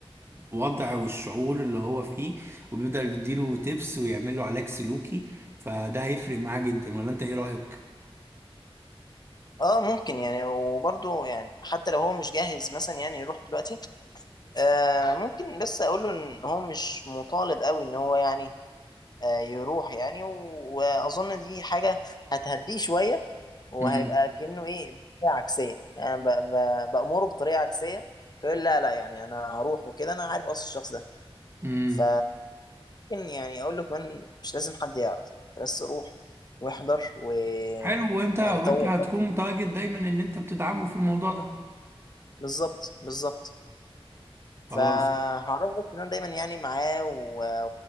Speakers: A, on the right; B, on the left.
A: الوضع والشعور اللي هو فيه وبيقدر يديله تيبس ويعمل له علاج سلوكي فده هيفرق معاه جدا ولا انت ايه رأيك؟
B: اه ممكن يعني وبرضه يعني حتى لو هو مش جاهز مثلا يعني يروح دلوقتي آه ممكن بس اقول له ان هو مش مطالب قوي ان هو يعني آه يروح يعني و- واظن دي حاجه هتهديه شويه وهيبقى
A: امم
B: كانه ايه بطريقه عكسيه يعني ب- ب- بامره بطريقه عكسيه فيقول لا لا يعني انا هروح وكده انا عارف اصل الشخص ده
A: امم
B: ف ممكن يعني اقول له كمان مش لازم حد يعرف أنت بس روح واحضر و
A: حلو وانت وانت
B: يعني طور
A: هتكون
B: بس
A: متواجد دايما ان انت بتدعمه في الموضوع ده
B: بالظبط بالظبط
A: خلاص
B: فهعرفه بس ان انا دايما يعني معاه و-